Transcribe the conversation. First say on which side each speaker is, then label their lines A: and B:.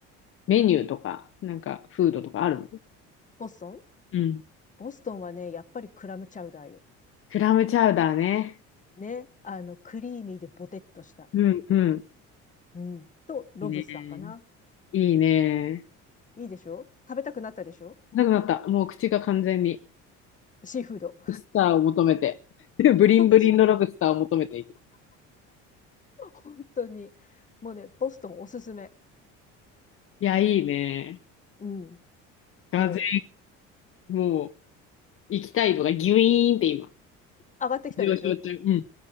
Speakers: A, on the left (about 40°); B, on the left (about 25°).
A: メニューとか、なんかフードとかあるの
B: ボストン
A: うん。
B: ボストンはね、やっぱりクラムチャウダーよ。
A: クラムチャウダーね。
B: ね。あの、クリーミーでボテッとした。
A: うんうん。
B: うん。と、ロブスターかな。
A: いいね。いいね。
B: いいでしょ食べたくなったでしょ
A: なくなった。もう口が完全に、ロ
B: シーフード。
A: ブスターを求めて。<laughs>
B: <laughs>
A: ブリンブリンのロブスターを求めている。
B: そうでしょ本当に。もうね、ボストンおすすめ。
A: いや、いいね。
B: うん。
A: がぜ
B: もう、
A: ん、もう、行きたいのがギュイーンって今、
B: 上がってきたでしょ
A: 上昇中。うん。